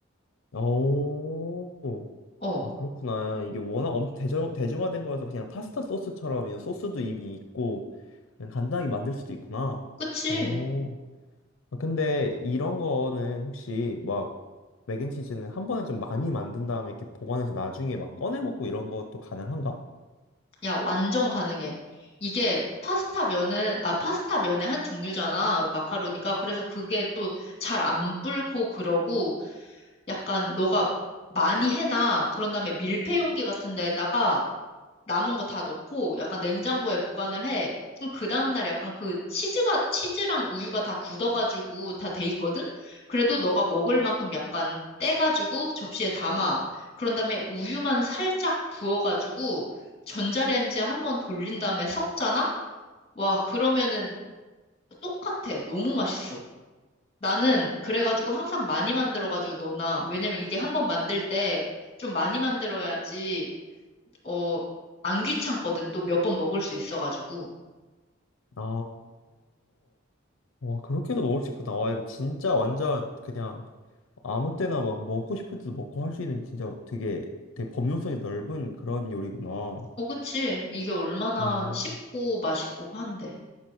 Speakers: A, on the left; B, on the left.
A: 오,
B: 어,
A: 아 그렇구나. 이게 워낙 엄청 대중, 대중화된 거여서 그냥 파스타 소스처럼 이 소스도 이미 있고 그냥 간단하게 만들 수도 있구나.
B: 그치?
A: 오, 아, 근데 이런 거는 혹시 막 맥앤치즈는 한 번에 좀 많이 만든 다음에 이렇게 보관해서 나중에 막 꺼내 먹고 이런 것도 가능한가?
B: 야, 완전 가능해. 이게 파스타 면은, 아, 파스타 면의 한 종류잖아, 마카로니가. 그래서 그게 또 잘 안 불고 그러고, 약간 너가 많이 해놔. 그런 다음에 밀폐 용기 같은 데다가 남은 거 다 넣고 약간 냉장고에 보관을 해. 그럼 그 다음날 약간 그 치즈가, 치즈랑 우유가 다 굳어가지고 다 돼 있거든? 그래도 너가 먹을 만큼 약간 떼가지고 접시에 담아. 그런 다음에 우유만 살짝 부어가지고 전자레인지에 한번 돌린 다음에 섞잖아? 와, 그러면은 똑같아. 너무 맛있어. 나는 그래가지고 항상 많이 만들어가지고 넣어놔. 왜냐면 이게 한번 만들 때 좀 많이 만들어야지 어, 안 귀찮거든. 또 몇 번 먹을 수 있어가지고.
A: 아, 와, 그렇게도 먹을 수 있구나. 와, 이거 진짜 완전 그냥 아무 때나 막 먹고 싶을 때도 먹고 할 수 있는 진짜 되게 되게 범용성이 넓은 그런 요리구나.
B: 어, 그치. 이게 얼마나
A: 어,
B: 쉽고 맛있고 한데.